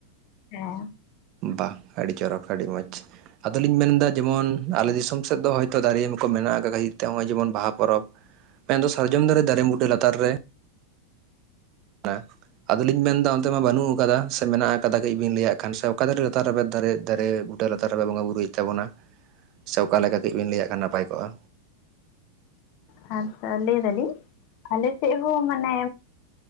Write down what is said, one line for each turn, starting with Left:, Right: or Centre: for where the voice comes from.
Left: ᱦᱮᱸ
Right: ᱵᱟ ᱟᱰᱤ ᱪᱚᱨᱚᱠ ᱟᱰᱤ ᱢᱚᱡᱽ ᱟᱫᱚᱞᱤᱧ ᱢᱮᱱᱫᱟ ᱡᱮᱢᱚᱱ ᱟᱞᱮ ᱫᱤᱥᱚᱢ ᱥᱮᱫ ᱫᱚ ᱦᱚᱭᱛᱚ ᱫᱟᱨᱮ ᱠᱚ ᱢᱮᱱᱟᱜ ᱠᱟᱫ ᱠᱷᱟᱛᱤᱨ ᱛᱮ ᱱᱚᱜᱼᱚᱭ ᱡᱮᱢᱚᱱ ᱵᱟᱦᱟ ᱯᱚᱨᱚᱵᱽ ᱢᱮᱱᱫᱚ ᱥᱟᱨᱡᱚᱢ ᱫᱟᱨᱮ ᱫᱟᱨᱮ ᱢᱩᱸᱰᱟᱹ ᱞᱟᱛᱟᱨ ᱨᱮ <inaudible> ᱟᱫᱚᱞᱤᱧ ᱢᱮᱱᱫᱟ ᱚᱱᱛᱮ ᱢᱟ ᱵᱟᱱᱩᱜ ᱟᱠᱟᱫᱟ ᱥᱮ ᱢᱮᱱᱟᱜ ᱟᱠᱟᱫᱟ ᱠᱟᱹᱡ ᱵᱤᱱ ᱞᱟᱹᱭᱟᱜ ᱠᱷᱟᱱ ᱥᱮ ᱚᱠᱟ ᱫᱟᱨᱮ ᱞᱟᱛᱟᱨ ᱨᱮᱵᱮᱫ ᱫᱟᱨᱮ ᱫᱟᱨᱮ ᱱᱩᱴᱟᱹ ᱞᱟᱛᱟᱨ ᱨᱮᱯᱮ ᱵᱚᱸᱜᱟ ᱵᱩᱨᱩᱭ ᱮᱫ ᱛᱟᱵᱚᱱᱟ ᱥᱮ ᱚᱠᱟ ᱞᱮᱠᱟ ᱠᱟᱹᱡ ᱵᱤᱱ ᱞᱟᱹᱭᱟᱜ ᱠᱷᱟᱱ ᱱᱟᱯᱟᱭ ᱠᱚᱜᱼᱟ
Left: ᱦᱟᱸ ᱛᱚ ᱞᱟᱹᱭ ᱫᱟᱞᱤᱧ ᱟᱞᱮ ᱥᱮᱫ ᱦᱚᱸ ᱢᱟᱱᱮ